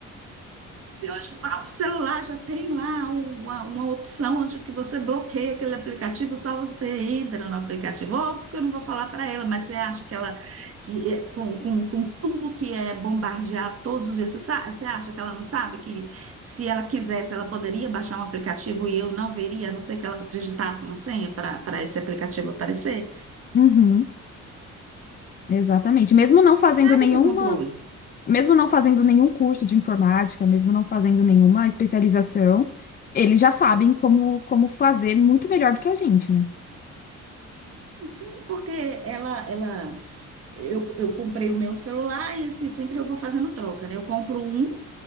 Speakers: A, on the right; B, on the left.
A: Sim, hoje o próprio celular já tem lá uma, uma opção onde que você bloqueia aquele aplicativo, só você entra no aplicativo. Óbvio que eu não vou falar para ela, mas você acha que ela, que é, com, com, com tudo que é bombardeado todos os dias, você, sa- você acha que ela não sabe que se ela quisesse, ela poderia baixar um aplicativo e eu não veria, a não ser que ela digitasse uma senha para para esse aplicativo aparecer?
B: Uhum. Exatamente. Mesmo
A: A gente
B: não
A: não
B: fazendo
A: consegue
B: nenhuma,
A: ter controle.
B: mesmo não fazendo nenhum curso de informática, mesmo não fazendo nenhuma especialização, eles já sabem como, como fazer muito melhor do que a gente, né?
A: Sim, porque ela, ela Eu, eu comprei o meu celular e assim, sempre eu vou fazendo troca, né? Eu compro um